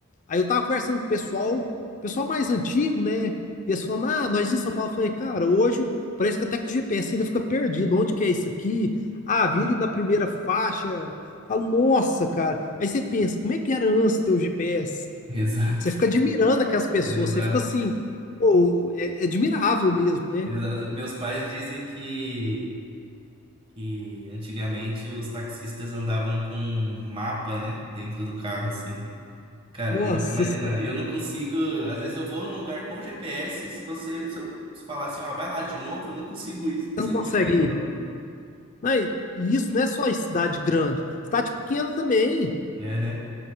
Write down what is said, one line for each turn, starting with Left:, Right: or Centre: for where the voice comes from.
Left: Aí eu tava conversando com o pessoal, pessoal mais antigo, né? Eles falando, ah, nós em São Paulo. Eu falei, cara, hoje parece que até com o GPS ainda fica perdido. Onde que é isso aqui? Ah, vire na primeira faixa. Falo, nossa, cara. Aí você pensa, como é que era antes ter o GPS?
Right: Exato.
Left: Você fica admirando aquelas pessoas,
Right: Exato,
Left: você fica assim, pô, é, é admirável mesmo, né?
Right: exato. Meus pais dizem que, que antigamente os taxistas andavam com um mapa, né, dentro do carro, assim. Cara,
Left: Nossa,
Right: não dá pra imaginar.
Left: senhora,
Right: Eu não consigo. Às vezes eu vou num lugar com GPS, e se você, se eu falar assim, ó, vai lá de novo, eu não consigo ir
Left: você
Right: sem
Left: não consegue.
Right: o GPS de novo.
Left: ir. Não, e e isso não é só em cidade grande, cidade pequena também.
Right: É, né?